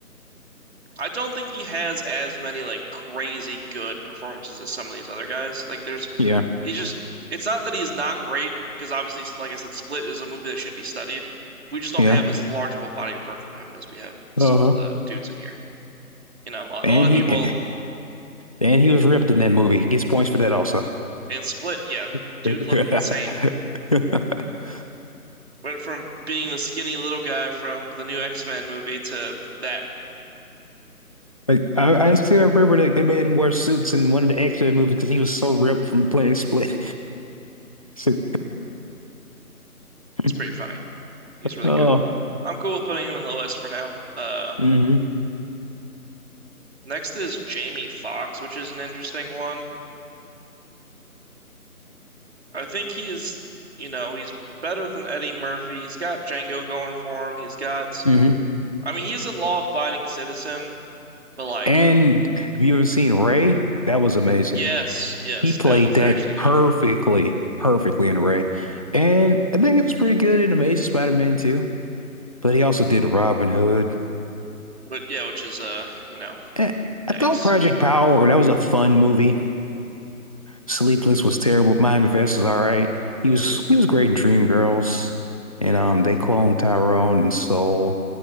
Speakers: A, on the right; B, on the left.
A: I don't think he has as many like crazy good performances as some of these other guys. Like there's
B: Yeah,
A: he just it's not that he's not great because obviously like I said Split is a movie that should be studied. We just don't
B: yeah.
A: have as large of a body of work from him as we have some
B: Uh-huh.
A: of the dudes in here. You know, a
B: And
A: a lot of
B: he
A: people
B: eh, and he was ripped in that movie. He gets points for that also.
A: in Split, yeah,
B: <laughs>
A: dude looked insane. Went from being the skinny little guy from the new X-Men movie to that.
B: Like I, I still remember that they made him wear suits in one of the X-Men movies because he was so ripped from playing Split. <laughs> So- <laughs>
A: It's pretty funny. He's really
B: Oh, oh,
A: good. I'm cool with putting him in low S for now. Uh,
B: mhm.
A: next is Jamie Foxx, which is an interesting one. I think he's, you know, he's better than Eddie Murphy. He's got Django going for him. He's got,
B: hmm
A: I mean, he's a law-abiding citizen, but like,
B: And have you ever seen Ray? That was amazing.
A: yes, yes,
B: He played
A: that one's
B: that
A: actually
B: perfectly,
A: good.
B: perfectly in Ray. And I think he was pretty good in Amazing Spider-Man too. But he also did Robin Hood.
A: But yeah, which is, uh, you know,
B: Eh, I
A: yikes.
B: thought Project Power, that was a fun movie. Sleepless was terrible. Mind Invest is all right. He was he was great in Dreamgirls. And um they cloned Tyrone and Soul.